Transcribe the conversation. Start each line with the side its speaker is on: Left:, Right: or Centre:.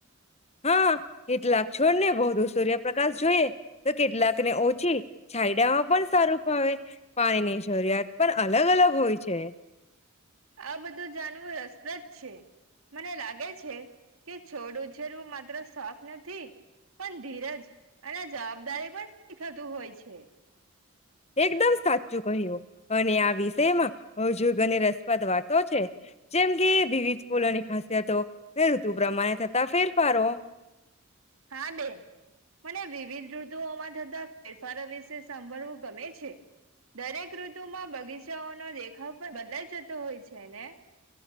Left: હા કેટલાક છોડને બૌું સૂર્યપ્રકાશ જોઈએ તો કેટલાકને ઓછી છાયડામાં પણ સારું ફાવે પાણીની જરૂરિયાત પણ અલગ અલગ હોય છે
Right: આ બધું જાણવું રસપ્રદ છે મને લાગે છે કે છોડું ઉછેરવું માત્ર શખ નથી પણ ધીરજ અને જવાબદારી પણ થતું હોય છે
Left: એકદમ સાચું કહ્યું અને આ વિષયમાં હજુ ઘન રસપ્રદ વાતો છે જેમ કે વિવિધ ફૂલોની ખાસિયતો ઋતુ પ્રમાણે થતા ફેરફારો
Right: હા બેે મને વિવિધ ઋતુઓમાં થતા ફેરફારો વિશે સાંભળવું ગમે છે દરેક ઋતુમાં બગીચાઓનો દેખાવ પણ બદલાઈ જતો હોય છે ને